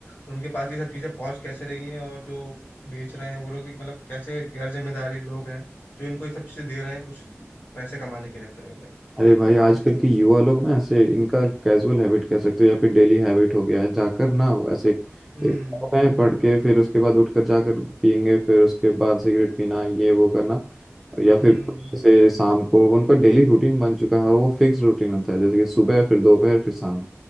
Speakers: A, on the left; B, in the centre.
A: उनके पास ये सब चीज़ें पहुंच कैसे रही हैं और जो बेच रहे हैं वो लोग भी मतलब कैसे गैर जिम्मेदारी लोग हैं जो इनको ये सब चीज़ें दे रहे हैं कुछ पैसे कमाने के चक्कर में भाई
B: अरे भाई आजकल के युवा लोग ना ऐसे इनका कैजुअल हैबिट कह सकते हो या फिर डेली हैबिट हो गया है जाकर ना ऐसे एक
A: हम्म
B: पढ़ते हैं पढ़ के फिर उसके बाद उठकर जाकर पियेंगे फिर उसके बाद सिगरेट पीना ये वो करना और या फिर
A: हम्म
B: ऐसे शाम को उनका डेली रूटीन बन चुका है और वो फिक्स रूटीन होता है जैसे कि सुबह फिर दोपहर फिर शाम